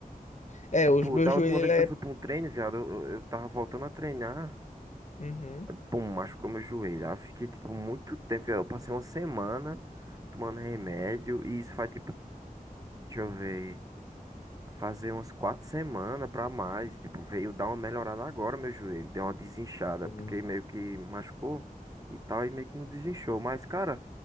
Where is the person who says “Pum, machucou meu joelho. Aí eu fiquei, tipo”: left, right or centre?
Right